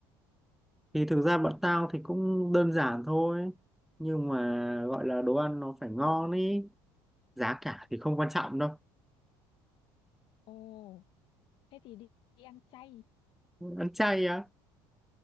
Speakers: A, in the centre; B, on the left.
A: thì thực ra bọn tao thì cũng đơn giản thôi nhưng mà gọi là đồ ăn nó phải ngon ý giá cả thì không quan trọng đâu
B: Ồ, thế thì đi, đi ăn chay
A: ăn chay á